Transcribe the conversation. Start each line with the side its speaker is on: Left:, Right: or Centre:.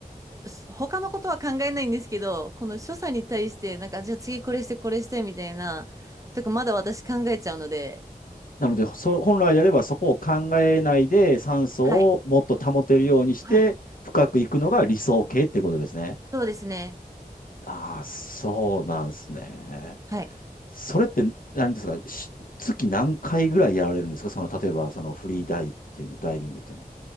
Right: す他のことは考えないんですけど、この所作に対して、なんか、じゃあ次これして、これして、みたいな、とか、まだ私考えちゃうので、
Left: なので、そ、本来であればそこを考えないで酸素をもっと保てるようにして深く行くのが理想形ってことですね。
Right: はい。はい。そうですね。
Left: ああ、そうなんですね。
Right: はい。
Left: それって何ですかし月何回ぐらいやられるんですかその、例えばそのフリーダイブっていうの、ダイビングっていうの。